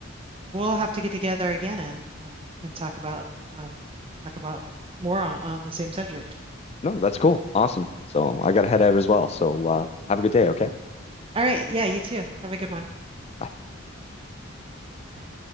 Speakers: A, on the right; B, on the left.
A: We'll have to get together again and um, and talk about um, talk about more on, on the same subject.
B: no, that's cool. Awesome. So I gotta head out as well. So uh, have a good day. Okay.
A: All right, yeah, you too. Have a good one.
B: Bye.
A: Bye.